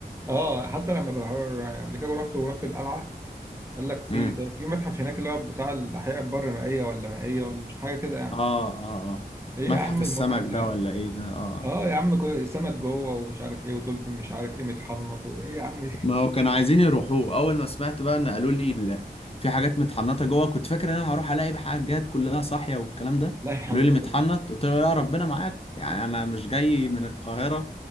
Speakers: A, on the right; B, on the left.
A: اه حتى لما بحر- قبل كده رحت ورحت القلعه قال لك في
B: انا
A: كان في متحف هناك اللي هو بتاع الاحياء البر مائيه ولا مائيه ولا مش حاجه كده يعني
B: اه اه اه
A: ايه
B: متحف
A: يا عم
B: السمك
A: المتعه <laughs>
B: ده
A: اللي-
B: ولا ايه ده اه آه.
A: اه يا عم كو- سمك جوه ومش عارف ايه ودولفين مش عارف ايه متحنط وايه يا عم <laughs>
B: ما هو كانوا عايزين يروحوه اول ما سمعت بقى ان قالوا لي ال- في حاجات متحنطه جوه كنت فاكر ان انا هروح الاقي حاجات كلها صاحيه والكلام ده
A: لا يا
B: قالوا
A: عم
B: لي
A: ده
B: متحنط
A: كله
B: قلت له لا ربنا معاكم يعني انا مش جاي من القاهره